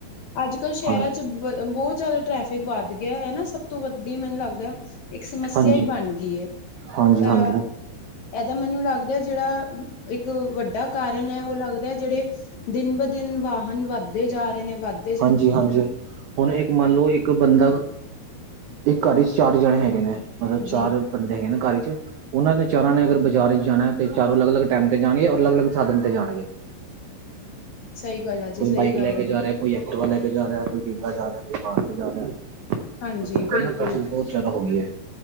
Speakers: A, on the left (about 70°); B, on the right (about 85°).
A: ਅੱਜ ਕੱਲ੍ਹ ਸ਼ਹਿਰਾਂ
B: ਹਾਂ
A: ਚ ਬ ਬਹੁਤ ਜ਼ਿਆਦਾ। ਟ੍ਰੈਫਿਕ ਵੱਧ ਗਿਆ ਹੈ ਨਾ ਸਭ ਤੋਂ ਵੱਡੀ ਮੈਨੂੰ ਲੱਗਦਾ। ਇੱਕ ਸਮੱਸਿਆ
B: ਹਾਂਜੀ
A: ਹੀ ਬਣ ਗਈ ਹੈ
B: ਹਾਂਜੀ
A: ਤਾਂ
B: ਹਾਂਜੀ
A: ਇਹਦਾ ਮੈਨੂੰ ਲੱਗਦਾ ਜਿਹੜਾ ਇੱਕ ਵੱਡਾ ਕਾਰਨ ਹੈ ਉਹ ਲੱਗਦਾ ਜਿਹੜੇ ਦਿਨ ਬ ਦਿਨ ਵਾਹਨ ਵੱਧਦੇ ਜਾ ਰਹੇ ਨੇ ਵੱਧ
B: ਹਾਂਜੀ, ਹਾਂਜੀ। ਹੁਣ ਇੱਕ ਮੰਨ ਲਓ ਇੱਕ ਬੰਦਾ ਇੱਕ ਘਰ ਚ ਚਾਰ ਜਣੇ ਹੈਗੇ ਨੇ ਮਤਲਬ ਚਾਰ
A: ਜੀ
B: ਬੰਦੇ ਹੈਗੇ ਨੇ ਘਰ ਇਚ। ਉਹਨਾਂ ਨੇ ਚਾਰਾਂ ਨੇ ਅਗਰ ਬਾਜ਼ਾਰ ਚ ਜਾਣਾ ਹੈ। ਚਾਰੋ ਅਲਗ- ਅਲੱਗ ਟਾਈਮ ਤੇ ਜਾਣਗੇ ਔਰ ਅਲੱਗ- ਅਲੱਗ ਸਾਧਨ ਤੇ ਜਾਣਗੇ।
A: ਸਹੀ ਗੱਲ ਹੈ ਜੀ
B: ਕੋਈ
A: ਸਹੀ
B: ਬਾਈਕ
A: ਗੱਲ
B: ਲੈ
A: ਹੈ
B: ਕੇ ਜਾ ਰਿਹਾ। ਕੋਈ ਐਕਟਵਾ ਲੈ ਕੇ ਜਾ ਰਿਹਾ। ਕੋਈ ਕਿੱਦਾਂ ਜਾ ਰਿਹਾ, ਕੋਈ ਕਾਰ ਤੇ ਜਾ ਰਿਹਾ।
A: ਹਾਂਜੀ
B: ਉਸ ਗਰਮੀ
A: ਬਿਲਕੁਲ
B: ਬਹੁਤ ਜ਼ਿਆਦਾ ਹੋ ਗਈ ਹੈ।